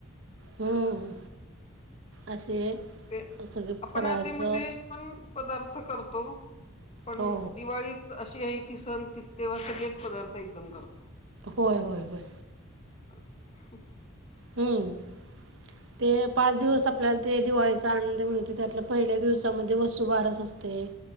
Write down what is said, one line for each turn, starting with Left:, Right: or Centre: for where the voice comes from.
Right: हम्म. असे
Left: ते
Right: सगळे
Left: आपण
Right: फराळाचं
Left: आधी-मध्ये पण पदार्थ करतो. पण
Right: हो
Left: दिवाळीच अशी आहे की, सण तीत तेव्हा सगळेच पदार्थ एकदम करतो.
Right: होय होय होय.
Left: <inaudible>
Right: हम्म. ते पाच दिवस आपल्याला ते दिवाळीचा आनंद मिळतो. त्यातला पहिल्या दिवसामध्ये वसूबारस असते. ते